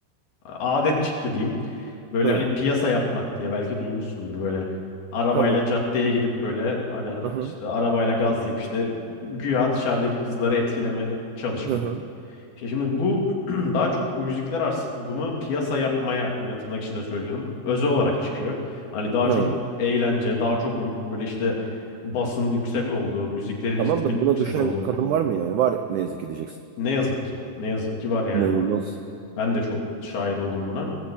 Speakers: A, on the left (about 70°); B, on the right (about 85°).
A: adet çıktı diyeyim. Böyle
B: Hı,
A: hani piyasa yapmak diye belki duymuşsundur böyle arabayla
B: tamam.
A: caddeye gidip böyle hani
B: Hı hı.
A: işte arabayla gazlayıp işte güya dışarıdaki kızları etkileme çalışmak.
B: Hı hı.
A: İşte şimdi bu <clears throat> daha çok müzikler artık bunu piyasa yapmaya yine tırnak içinde söylüyorum. Özel olarak çıkıyor. Hani daha
B: Hı.
A: çok eğlence, daha çok böyle işte basın yüksek olduğu, müziklerin
B: Tamam
A: ritmin
B: da buna
A: yüksek
B: düşen
A: olduğu.
B: kadın var mı yani? Var ne yazık ki diyeceksin.
A: Ne yazık ki. Ne yazık ki var yani
B: İnanılmaz.
A: bunun. Ben de çok şahit oldum buna.